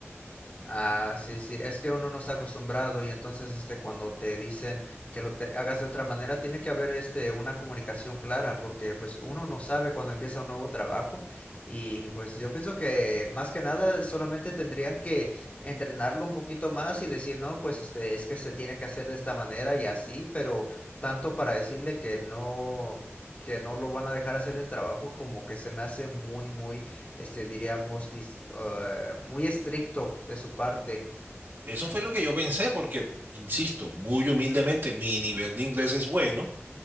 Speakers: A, on the left; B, on the right.
A: Ah, sí, sí, es que uno no está acostumbrado y entonces este cuando te dicen que lo te- hagas de otra manera, tiene que haber este una comunicación clara porque pues uno no sabe cuando empieza un nuevo trabajo y pues yo pienso que más que nada solamente tendrían que entrenarlo un poquito más y decir, "No, pues este es que se tiene que hacer de esta manera y así", pero tanto para decirle que no que no lo van a dejar hacer ese trabajo como que se me hace muy muy este, diríamos, dis- eh, muy estricto de su parte.
B: Eso fue lo que yo pensé, porque, insisto, muy humildemente, mi nivel de inglés es bueno.